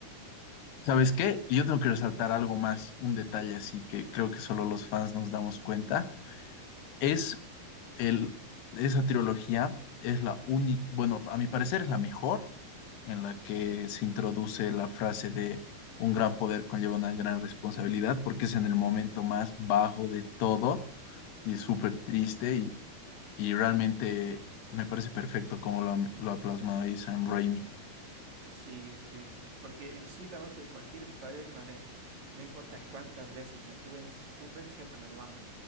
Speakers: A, on the left; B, on the right.
A: ¿Sabes qué? Yo tengo que resaltar algo más, un detalle así que creo que solo los fans nos damos cuenta. Es El, esa trilogía es la única, bueno, a mi parecer es la mejor en la que se introduce la frase de un gran poder conlleva una gran responsabilidad, porque es en el momento más bajo de todo y súper triste y, y realmente me parece perfecto como lo, ha- lo ha plasmado ahí Sam Raimi.
B: Sí, sí. Porque en sí la base de cualquier Spider-Man es, no importa cuántas veces me tumben, tumben, siempre me levanto.